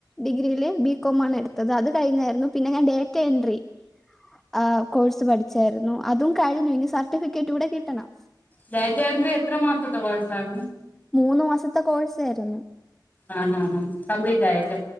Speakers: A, in the centre; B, on the left.
A: ഡിഗ്രിയിയില് ബി കോം ആണ് എടുത്തത്. അത് കഴിഞ്ഞായിരുന്നു. പിന്നെ ഞാൻ ഡേറ്റ എൻട്രി. ആഹ്, കോഴ്സ് പഠിച്ചായിരുന്നു. അതും കഴിഞ്ഞു. ഇനി സർട്ടിഫിക്കറ്റ് കൂടെ കിട്ടണം
B: ദയജയ അന്ദ്രെ എത്ര മാസത്തെ കോയ് സായിരുന്നു.
A: മൂന്ന് മാസത്തെ കോഴ്സ് ആയിരുന്നു.
B: ആഹ്, ആഹ്, ആഹ് കംപ്ലീറ്റ് ആയല്ലേ?